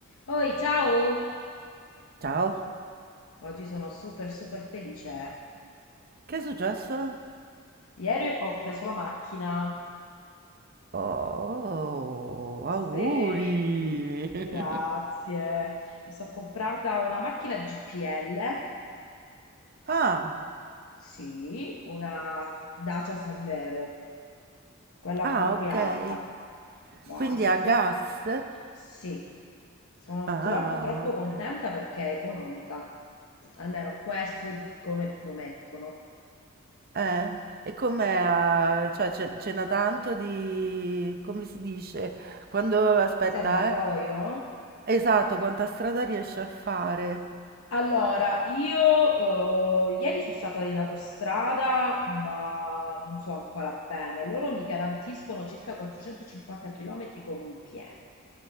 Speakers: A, on the left (about 90°); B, on the right (about 45°).
A: Oi, ciao!
B: Ciao,
A: Oggi sono super super felice. eh.
B: che è successo?
A: Ieri ho preso la macchina.
B: Oh,
A: Sì,
B: auguri! <laughs>
A: grazie. Mi sono comprata una macchina GPL.
B: Ah,
A: Sì, una Dacia Sandero, quella un
B: ah,
A: po' più
B: ok.
A: alta. Ma
B: Quindi
A: sono
B: a
A: troppo.
B: gas?
A: Sì, sono
B: Ah,
A: troppo troppo
B: ok.
A: contenta perché è economica. Almeno questo dicono e promettono.
B: Eh, e com'è? ah, Cioè, ce ce n'ha tanto di... come si dice? Quando... aspetta,
A: Il serbatoio?
B: eh? Esatto, quanta strada riesce a fare?
A: Allora, io eh, ieri sono stata in autostrada, ma non so ancora bene. Loro mi garantiscono circa 450 km con un pieno.